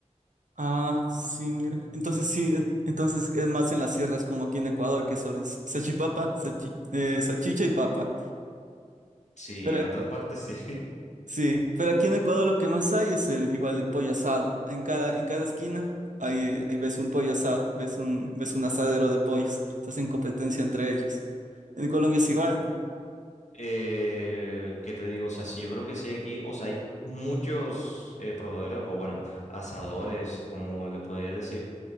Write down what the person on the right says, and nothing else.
Ah, sí, mira. Entonces sí, en- entonces es más en las sierras como aquí en Ecuador, que solo es sachipapa, sachi- eh, sachicha y papa.
Pero
aquí-
sí, pero aquí en Ecuador lo que más hay es el igual el pollo asado. En cada, en cada esquina ahí, eh, ahí ves un pollo asado, ves un, ves un asadero de pollos. Se hacen competencia entre ellos. En Colombia es igual.